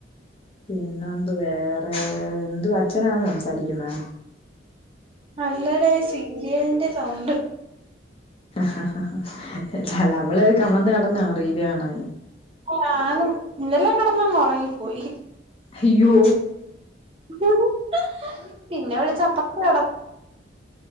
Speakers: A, on the left; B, on the right.
A: പിന്നെ എന്തു വേറെ എന്തു അച്ഛനാണോ സംസാരിക്കുന്നെ
B: അല്ലെടെ സീരിയലിന്റെ സൗണ്ട്
A: ഹ ഹ ഹാ അല്ല അവള് കമന്ന് കെടന്നാണോ റീല് കാണാൻ
B: ഞാനും ഇന്നലെ കടന്നങ്ങ് ഉറങ്ങിപ്പോയി
A: അയ്യോ
B: ഹിഹി പിന്നെ വിളിച്ചപ്പത്തന്നെ